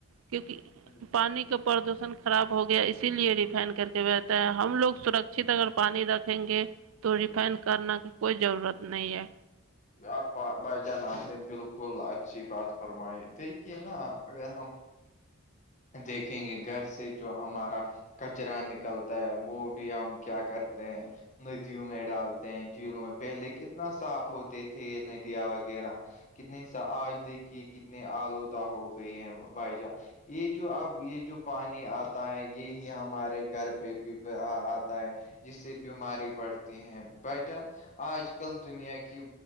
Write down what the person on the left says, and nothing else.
بالکل
آپ بھائی جان آپ نے بالکل اچھی بات فرمائی دیکھیے نا اگر ہم دیکھیں گے گھر سے جو ہمارا کچرا نکلتا ہے وہ بھی ہم کیا کرتے ہیں ندیوں میں ڈالتے ہیں جھیلوں میں پہلے کتنا صاف ہوتے تھے یہ ندیاں وغیرہ کتنی سا آج دیکھی کتنے آلودہ ہو گئے ہیں بھائی جان یہ جو اب یہ جو پانی آتا ہے یہی ہمارے گھر پہی آتا ہے جس سے بیماری بڑھتی ہے بھائی جان آج کل دنیا کی